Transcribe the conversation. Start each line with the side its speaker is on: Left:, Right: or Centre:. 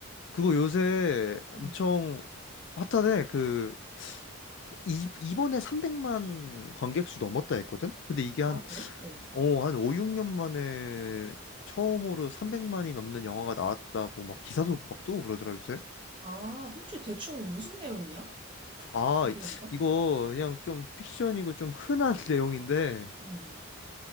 Left: 그거 요새 엄청
Right: 응.
Left: 핫하대. 그 이, 이번에 300만 관객 수 넘었다 했거든? 근데 이게
Right: 아,
Left: 한,
Right: 그래? 어.
Left: 어, 한 5, 6년 만에 처음으로 300만이 넘는 영화가 나왔다고 막 기사도 막 뜨고 그러더라, 요새.
Right: 아, 혹시 대충 무슨 내용이야?
Left: 아,
Right: 그대
Left: 이-
Right: 이거?
Left: 이거 그냥 좀 픽션이고 좀 흔한 <laughs> 내용인데
Right: 음.